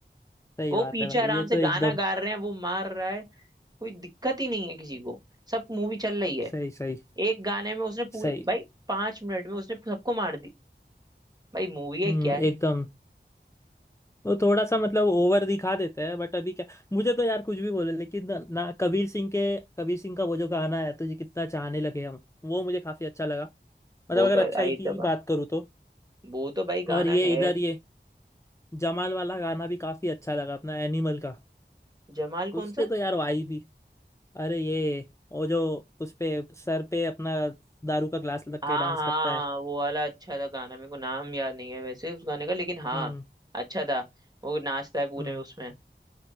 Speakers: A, on the left; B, on the right.
A: सही
B: वो
A: बात
B: पीछे
A: है भाई
B: आराम
A: ये तो
B: से गाना
A: एकदम
B: गा रहे हैं वो मार रहा है कोई दिक्कत ही नहीं है किसी को सब मूवी चल रही है
A: सही सही
B: एक गाने में उसने पूरे
A: सही
B: भाई पांच मिनट में उसने सबको मार दी भाई मूवी है
A: हम्म
B: क्या है
A: एकदम वो थोड़ा सा मतलब ओवर दिखा देते हैं बट अभी क्या मुझे तो यार कुछ भी बोले लेकिन ना, ना कबीर सिंह के कबीर सिंह का वो जो गाना है तुझे कितना चाहने लगे हम वो मुझे काफी अच्छा लगा मतलब
B: वो
A: अगर
B: तो
A: अच्छाई
B: आई
A: की
B: था,
A: बात करूँ तो
B: वो तो भाई गाना
A: और ये
B: है
A: इधर ये जमाल वाला गाना भी काफी अच्छा लगा अपना एनिमल का
B: जमाल
A: उस
B: कौन
A: पे
B: सा
A: तो यार वाई भी अरे ये वो जो उस पे सर पे अपना दारू का ग्लास रख
B: हाँ
A: के डांस
B: हाँ
A: करता है
B: वो वाला अच्छा था गाना मेरे को नाम याद नहीं है वैसे उस गाने का लेकिन हाँ
A: हम्म
B: अच्छा था वो नाचता है पूरे
A: हम्म
B: उसमें